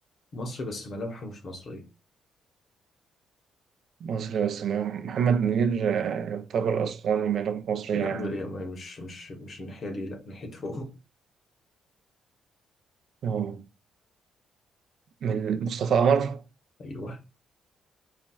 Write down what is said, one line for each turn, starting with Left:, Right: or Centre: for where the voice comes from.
Left: مصري بس ملامحه مش مصرية
Right: مصري بس ما- محمد منير آه، يعتبر أسواني ماله مصري
Left: لا
Right: يعني
Left: م- يعني مش مش مش الناحية دي لا ناحيته هو
Right: آه. من مصطفى قمر
Left: <laughs> أيوه